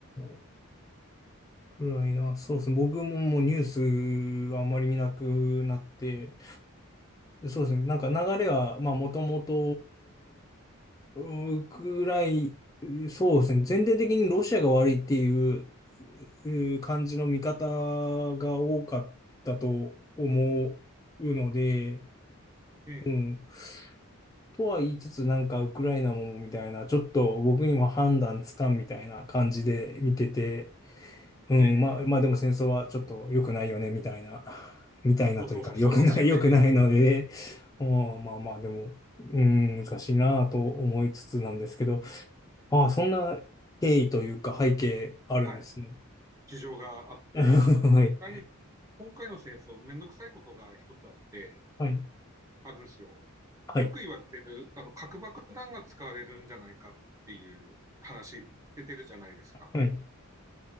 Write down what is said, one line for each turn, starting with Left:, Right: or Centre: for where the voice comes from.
Left: ー、暗いな。そうですね。僕ももうニュースあんまり見なくなって、そうですね。なんか流れは、まあ、もともと、うんウクライ、そうですね。全体的にロシアが悪いっていうう感じの見方が多かったと思うので、
Right: ええ
Left: うん。とは言いつつ、なんかウクライナもみたいな、ちょっと僕にも判断つかんみたいな感じで見てて、うん、
Right: ええ
Left: まあ、まあでも戦争はちょっと良くないよね、みたいな、みたいなというか、
Right: そうそうそう、
Left: 良くない、
Right: そうなんですよね。
Left: 良くないので、うん、まあまあでも、うん、難しいなと思いつつなんですけど、ああ、そんな経緯というか背景あるんですね。
Right: <laughs> はい。事情があって、
Left: <laughs> はい、
Right: 他に今回の戦争、めんどくさいことが一つあって、
Left: はい、
Right: あるんですよ。
Left: はい、
Right: よく言われてる、あの、核爆弾が使われるんじゃないかっていう話出てるじゃないですか。
Left: はい、